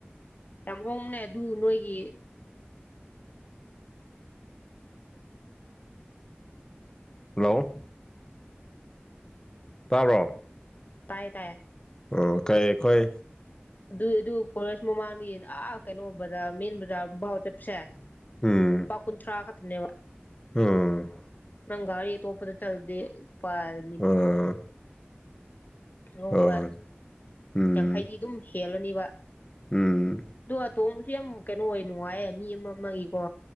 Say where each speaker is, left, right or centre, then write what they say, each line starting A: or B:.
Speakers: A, on the left; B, on the left.
A: ꯇꯃꯣꯝꯅꯦ ꯑꯗꯨ ꯅꯣꯏꯒꯤ
B: ꯍꯜꯂꯣ ꯇꯔꯣ
A: ꯇꯥꯏ ꯇꯥꯏ
B: ꯑꯣ ꯀꯩ ꯑꯩꯈꯣꯏ
A: ꯑꯗꯨꯏ ꯑꯗꯨ ꯀꯣꯂꯦꯖ ꯃꯃꯥꯡꯗ ꯌꯦ ꯑꯥ ꯀꯩꯅꯣ ꯕꯖꯥꯔ ꯃꯦꯟ ꯕꯖꯥꯔ ꯐꯥꯎ ꯆꯠꯄꯁꯦ
B: ꯎꯝ
A: ꯂꯨꯄꯥ ꯀꯨꯟꯊ꯭ꯔꯥꯒ ꯈꯛꯇꯅꯦꯕ
B: ꯎꯝ
A: ꯔꯪꯒꯥꯔꯤ ꯇꯣꯄꯗ ꯆꯜꯗ ꯄꯥꯅꯤ
B: ꯑꯥ
A: ꯀꯍꯣꯃ
B: ꯍꯣꯏ ꯎꯝ
A: ꯌꯥꯡꯈꯩꯗꯤ ꯑꯗꯨꯝ ꯍꯦꯜꯂꯅꯤꯕ
B: ꯎꯝ
A: ꯑꯗꯣ ꯑꯇꯣꯟꯕꯁꯦ ꯌꯥꯝ ꯀꯩꯅꯣ ꯑꯣꯏ ꯅꯨꯡꯉꯥꯏꯌꯦ ꯃꯤ ꯑꯃ ꯑꯃꯒꯤꯀꯣ